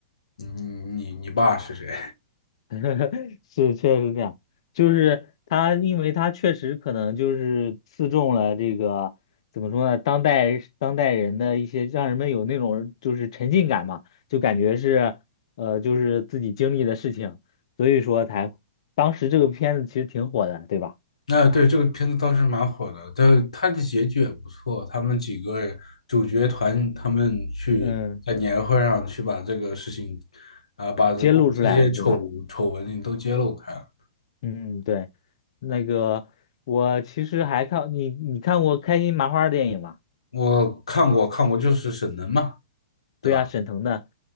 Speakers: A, on the left (about 80°); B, on the left (about 60°).
A: 你你你爸是谁。
B: <laughs> 是，确实是这样。就是他，因为他确实可能就是刺中了这个怎么说呢，当代当代人的一些，让人们有那种就是沉浸感嘛，就感觉是呃，就是自己经历的事情，所以说才当时这个片子其实挺火的，对吧？
A: 那对这个片子当时蛮火的，但它的结局也不错。他们几个主角团，他们去在年会上去把这个事情，
B: 嗯，
A: 啊、把这公司这些丑丑闻都揭露开了。
B: 揭露出来，对吧？嗯，对。那个我其实还看你，你看过开心麻花的电影吗？
A: 我看过，看过，就是沈腾嘛，对吧？
B: 对啊，沈腾的，